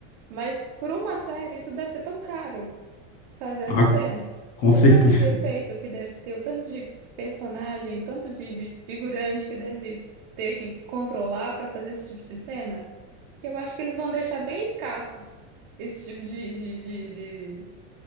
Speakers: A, on the right (about 35°); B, on the left (about 25°).
A: Mas por uma série, isso deve ser tão caro. fazer essas
B: Ah,
A: cenas.
B: com
A: O
B: certeza.
A: tanto de efeito que deve ter, o tanto de personagem, tanto de, de figurante que deve ter que controlar para fazer esse tipo de cena, que eu acho que eles vão deixar bem escassos esse tipo de, de, de, de,